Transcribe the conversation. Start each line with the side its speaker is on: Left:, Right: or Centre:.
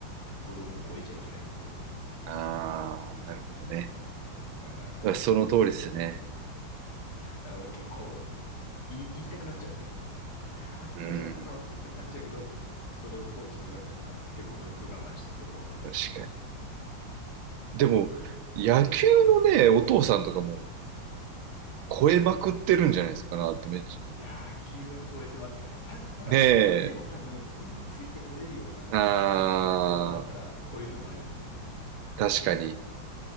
Left: 子供を超えちゃいけないって言われて。
Right: ああ、なるほどね。
Left: そう。だから、
Right: その通りですね。
Left: あの、あの結構言い、言いたくなっちゃうんですけど、いやー、そんなんじゃダメだろうって言いたくなっちゃうけど、
Right: うん。
Left: それをコーチに言われたから、結構ぐっと我慢してるところはありますね。
Right: 確かに。でも、野球のね、
Left: うん。
Right: お父さんとかも超えまくってるんじゃないですかなってめっち
Left: 野球は超えてますよね。た、ただでも超えても多分それについてこれるような
Right: ゃ。ねえ。ああ、
Left: 子供だったら超えるのもありだと思うんですよね。
Right: 確かに。